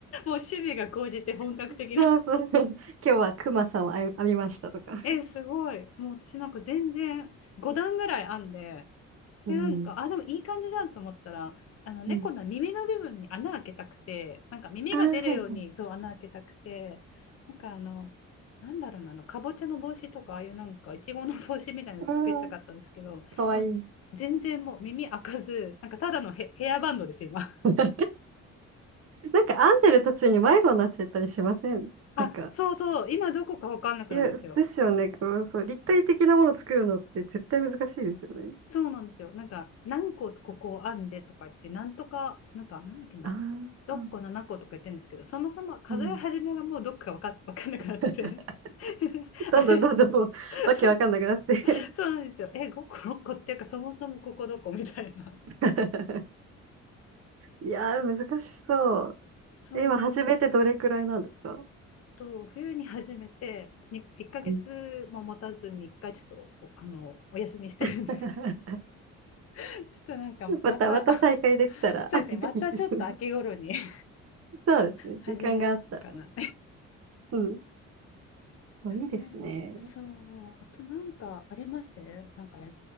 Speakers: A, on the left; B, on the right.
A: 趣味が高じて本格的な。
B: <laughs> そうそう。<laughs> 今日はクマさんを編みましたとか。
A: え、すごい。もう私なんか全然、5段ぐらい編んで、
B: うん。
A: で、なんか、あ、でもいい感じじゃんと思ったら、あの猫の耳の部分に穴開けたくて、
B: うん。
A: なんか耳が出るようにそう穴開けたくて、
B: あー、はい。
A: なんかあの、なんだろうな、あの、かぼちゃの帽子とか、ああいうなんか、いちごの帽子みたいなやつ作りたかったんですけど、
B: うん。かわいい。
A: もう全然もう耳開かず、なんかただのヘ、ヘアバンドです、今。
B: <laughs> なんか編んでる途中に迷子になっちゃったりしませんなんか、
A: <laughs> あ、そうそう、今どこかわかんなくなるんですよ。
B: いや、ですよね。こう、そう、立体的なものを作るのって絶対難しいですよね。
A: そうなんですよ。なんか、何個ここ編んでとか言って、なんとか、なんか、なんだっけな、
B: ああ、
A: 6個、7個とか言ってるんですけど、そもそも数え始めがもうどっかわか
B: うん。
A: <laughs> わかんなくなってて
B: <laughs>
A: <laughs>。
B: どんどんどんどんもう、
A: あれ <laughs>、
B: わけわかんなくなって
A: そうそう、そうなんですよ。え、5個、6個っていうか、そもそもここどこみたいな。
B: <laughs> いやー、難しそう。
A: そうなんです
B: え今、始めてどれくらいなんですか
A: と、冬に始めて、に1ヶ月も持たずに、
B: うん
A: 1回ちょっとお、あの、お休みしてるんで
B: <laughs>
A: <laughs>、ちょっとなんか、
B: また、
A: また
B: また再開できたら
A: <laughs>、そうですね、
B: <laughs>
A: またちょっと秋頃に
B: いいですね。
A: <laughs>
B: そうですね。
A: 始めようかな。
B: 時間があったら。うん。あいいですね。
A: ねそう。あとなんかありますなんかや